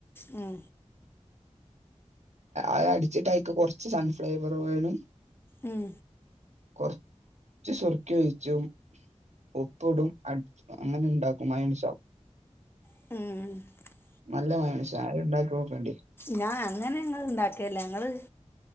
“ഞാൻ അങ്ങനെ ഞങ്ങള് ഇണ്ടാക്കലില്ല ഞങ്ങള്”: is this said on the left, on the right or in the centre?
Left